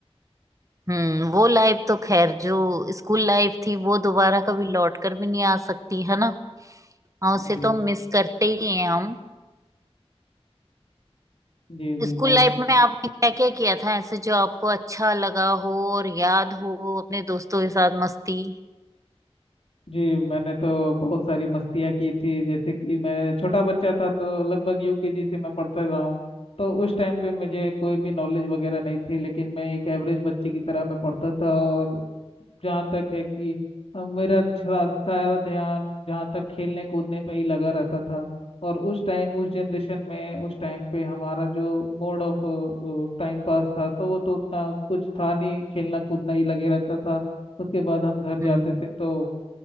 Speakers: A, on the right; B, on the left.
A: हम्म वो लाइफ तो खैर जो स्कूल लाइफ थी वो दोबारा कभी लौट कर भी नहीं आ सकती है ना हाँ उसे
B: जी
A: तो मिस करते ही हैं हम
B: जी जी
A: स्कूल
B: बहुत
A: लाइफ में आपने क्या क्या किया था ऐसे जो आपको अच्छा लगा हो और याद हो अपने दोस्तों के साथ मस्ती
B: जी मैंने तो बहुत सारी मस्तियाँ की थी जैसे कि मैं छोटा बच्चा था तो लगभग यूकेजी से मैं पढ़ता रहा हूँ तो उस टाइम पे मुझे कोई भी नॉलेज वगैरह नहीं थी लेकिन मैं एक एवरेज बच्चे की तरह मैं पढ़ता था और जहाँ तक है कि अ, मेरा सारा सारा ध्यान जहाँ तक खेलने कूदने पे ही लगा रहता था और उस टाइम उस जनरेशन में उस टाइम पे हमारा जो मोड ऑफ टाइम पास था तो वो तो उतना कुछ था नहीं खेलना कूदना ही लगे रहता था उसके बाद हम घर जाते
A: हम्म
B: थे तो